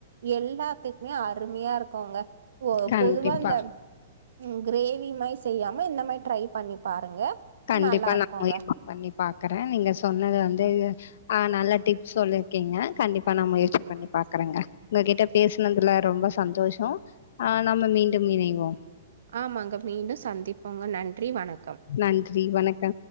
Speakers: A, on the right; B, on the left.
A: எல்லாத்துக்குமே அருமையா இருக்குங்க பொ
B: கண்டிப்பா
A: பொதுவா இந்த ம் க்ரேவ் விமாயி செய்யாம இந்த மாரி ட்ரை பண்ணி பாருங்க
B: கண்டிப்பா
A: நல்லா இருக்குங்க
B: நா முயற்சி பண்ணி பாக்ற நீங்க சொன்னது வந்து ஆ நல்ல டிப்ஸ் சொல்லிர்க்கிங்க கண்டிப்பா நா முயற்சி பண்ணி பா பாக்கறங்க உங்க கிட்ட பேசனதுல ரொம்ப சந்தோஷோ ஆ நம்ம மீண்டும் இணைவோம்
A: ஆமாங்க மீண்டூ சந்திப்போங்க நன்றி வணக்கம்
B: நன்றி வணக்கம்